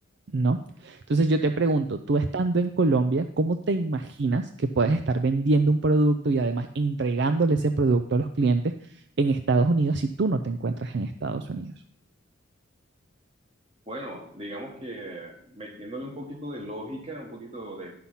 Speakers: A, on the right (about 55°); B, on the right (about 30°).
A: ¿no? Entonces yo te pregunto, tú estando en Colombia, ¿cómo te imaginas que puedes estar vendiendo un producto y además entregándole ese producto a los clientes? en Estados Unidos si tú no te encuentras en Estados Unidos.
B: Bueno, digamos que metiéndole un poquito de lógica, un poquito de,